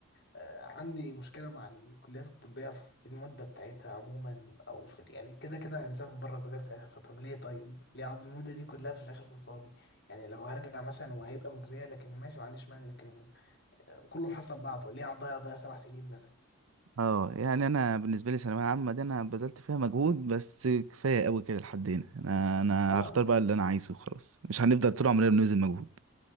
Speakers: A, on the left (about 50°); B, on the right (about 75°).
A: آه، عندي مشكلة مع الكليات الطبية في المدة بتاعتها عموما أو في يعني كده كده هنسافر بره الكلية في الآخر فطب ليه طيب؟ ليه أقعد المدة دي كلها في الآخر في الفاضي؟ يعني لو هرجع مثلا وهيبقى مجزية لكن ماشي ما عنديش مانع لكن آه، كله محصل بعضه ليه أقعد أضيع بقى سبع سنين مثلا؟
B: اه يعني انا بالنسبة لي ثانوية عامة دي انا بذلت فيها مجهود بس كفاية قوي كده لحد هنا انا انا
A: اه
B: هختار بقى اللي انا عايزه وخلاص مش هنفضل طول عمرنا بنبذل مجهود